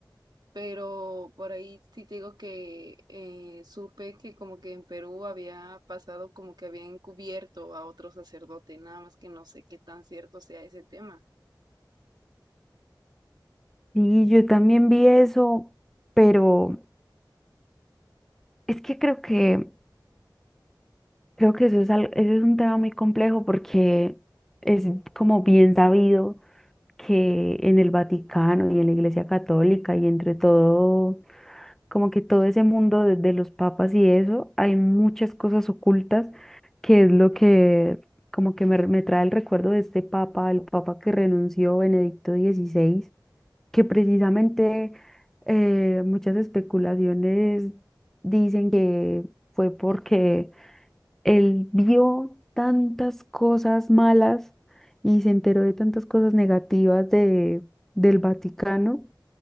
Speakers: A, on the right; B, in the centre.
A: Pero por ahí sí te digo que eh, supe que como que en Perú había pasado como que había encubierto a otro sacerdote, nada más que no sé qué tan cierto sea ese tema.
B: Y yo también vi eso, pero es que creo que creo que eso es al- eso es un tema muy complejo porque es como bien sabido que en el Vaticano y en la Iglesia Católica y entre todo como que todo ese mundo de, de los papas y eso, hay muchas cosas ocultas que es lo que como que me, me trae el recuerdo de este papa, el papa que renunció, Benedicto XVI, que precisamente eh, muchas especulaciones dicen que fue porque él vio tantas cosas malas y se enteró de tantas cosas negativas de, del Vaticano